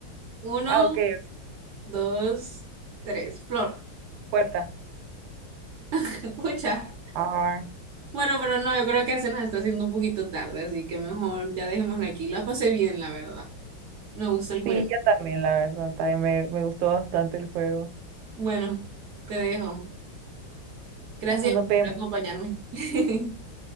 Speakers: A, on the right; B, on the right.
A: Uno,
B: Ah, ok, ok,
A: dos, tres. Flor.
B: puerta.
A: <laughs> Pucha.
B: Ah,
A: Bueno, pero no, yo creo que ya se nos está haciendo un poquito tarde, así que mejor ya dejémosla aquí. La pasé bien, la verdad. Me gusta el juego.
B: sí, yo también, la verdad, también me, me gustó bastante el juego.
A: Bueno, te dejo. Gracias
B: Bueno, nos vemos.
A: por acompañarme. <laughs>